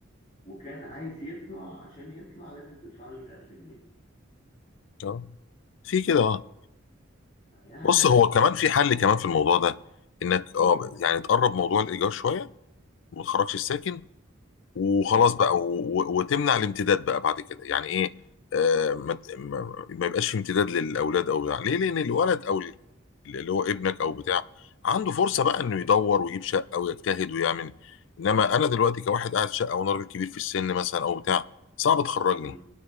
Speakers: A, on the left (about 35°); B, on the left (about 65°).
A: وكان عايز يطلع عشان يطلع لازم تدفع له 100000 جنيه
B: اه في كده اه
A: طب يعني
B: بص هو كمان في حل كمان في الموضوع ده انك
A: مم،
B: اه يعني تقرب موضوع الايجار شويه وما تخرجش الساكن وخلاص
A: مم،
B: بقى و... و... وتمنع الامتداد بقى بعد كده يعني ايه آه ما... ت- ما... ما يبقاش في امتداد للاولاد او بتاع ليه لان الولد او ال- اللي هو ابنك
A: مم،
B: او بتاع عنده فرصه بقى انه يدور ويجيب شقه ويجتهد ويعمل انما انا دلوقتي كواحد قاعد في شقه وانا راجل كبير في السن مثلا او بتاع صعب تخرجني
A: مم.